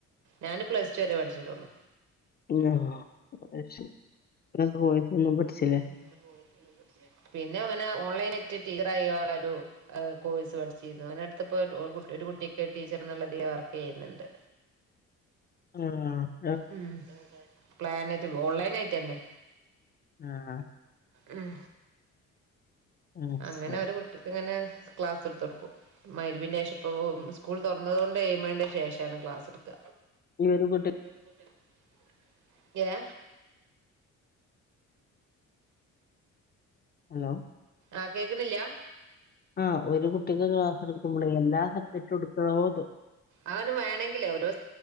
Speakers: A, on the right (about 75°); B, on the left (about 35°).
A: ഞാന് പ്ലസ് ടു വരെ പഠിച്ചിട്ടൊള്ളൂ.
B: ഉം ആഹ് അയ് ശെരി പിന്നെ‌കോഴ്സ് ഒന്നും പഠിച്ച്ലെ.
A: ഉം പിന്നെ കോഴ്സൊന്നും പട്ച്ച്ലെ പിന്നെ അങ്ങനെ ഓൺലൈനറ്റ് ടീച്ചറയ്ങ്ങാളരു അഹ് കോഴ്സ് പഠിച്ചിരുന്നു അങ്ങനട്ത്ത്പ്പോ ഓഹ് കു ഒരു കുട്ടിയ്ക്ക് ഒര് ടീച്ചറെന്ന്ള്ള തില് വർക്കെയ്യ്ന്ന്ണ്ട്.
B: ആഹ്
A: ഉം അത്ങ്ങനെ പ്ലാനയ്റ്റ് പോവാ ഓൺലൈൻ അയ്റ്റെന്നേ.
B: അഹ്.
A: ഉം
B: ആഹ്
A: അങ്ങനെ
B: ശരി
A: ഒരുകുട്ടി ക്ക്ങ്ങനെ ക്ലാസ് ഇട്ത്തൊട്ക്കും. മഗ്‌രിബിന്റേഷം ഇപ്പപ്പൊ സ്കൂൾ തൊർന്നത് കൊണ്ട് എഴ്മണിന്റെ ശേഷാണ് ക്ലാസ് ഇട്ക്ക
B: ഈ ഒരു കുട്ടി
A: ഈ ഒരു കുട്ടി <unintelligible> യേ
B: ഹലോ
A: ആഹ് കേക്ക്ണില്ലാ
B: ആഹ് ഒരു കുട്ടിക്ക് ക്ലാസ് എടുക്കുമ്പളെയ് എല്ലാ സബ്ജക്ടും ഇട്ക്കണോന്ന്
A: അവന വേണമെങ്കേ ഓരോ